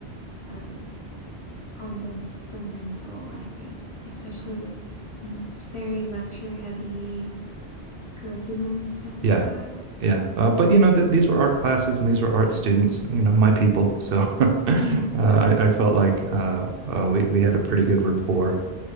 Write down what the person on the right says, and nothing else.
yeah,
yeah. Uh, but you know that these were art classes and these were art students, you know, my people. So <laughs> uh,
I, I felt like uh, uh, we we had a pretty good rapport.